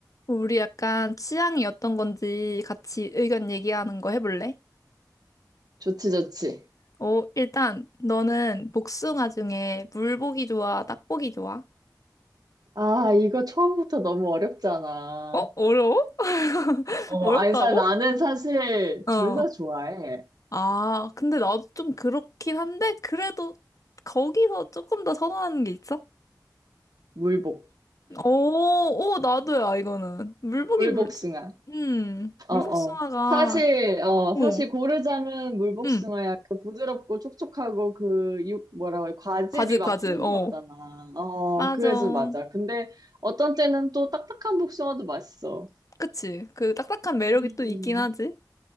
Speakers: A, on the left; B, on the right.
A: 우리 약간 취향이 어떤 건지 같이 의견 얘기하는 거 해볼래?
B: 좋지, 좋지.
A: 어, 일단 너는 복숭아 중에 물복이 좋아, 딱복이 좋아?
B: 아, 이거 처음부터 너무 어렵잖아.
A: 어? 어려워? <laughs>
B: 어,
A: 어렵다고?
B: 아니, 사, 나는 사실
A: 어.
B: 둘 다 좋아해.
A: 아, 근데 나도 좀 그렇긴 한데 그래도 거기서 조금 더 선호하는 게 있어?
B: 물복.
A: 오, 오, 나도야, 이거는. 물복이
B: 물복숭아.
A: 물, 음, 물복숭아가,
B: 어, 어. 사실, 어,
A: 오,
B: 사실 고르자면 물복숭아야.
A: 음,
B: 그 부드럽고 촉촉하고 그, 육, 뭐라고, 해, 과즙이
A: 과즙,
B: 막
A: 과즙,
B: 풍부하잖아.
A: 어.
B: 어,
A: 맞아.
B: 그래서 맞아. 근데 어떤 때는 또 딱딱한 복숭아도 맛있어.
A: 그치. 그 딱딱한 매력이
B: 음,
A: 또 있긴 하지.